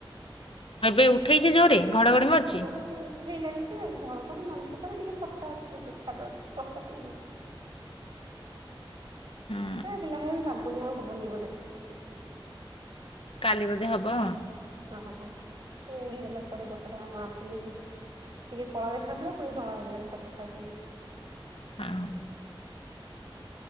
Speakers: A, on the left; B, on the right.
A: ଏବେ ଉଠେଇଛି ଜୋରେ ଘଡଘଡି ମାରୁଛି?
B: ତଉ ଉଠେଇଲାଣି ଯେ ଘଡଘଡି ମାରିନି ତଥାବି ଟିକେ ଫର୍ଚା ଅଛି ଦେଖା ଯାଉଛି। ବର୍ଷା ହେଇନି।
A: ହୁଁ।
B: ଏ ହେଲା ହେଲା ବି ଲାଗୁନି ଆଉ ହବନି ବୋଧେ!
A: କାଲି ବୋଧେ ହବ।
B: ଓଁ ହୋ ଉଡିଗଲା କୁଆଡେ ବର୍ଷା ଟା ଆମର ହବନି ଯେ ଟିକେ କଳା ଦେଖା ହଉଥିଲା ପୁଣି ଧଳା ହେଇଗଲାଣି ଏକା ସଫା ହେଇଗଲାଣି।
A: ହଁ।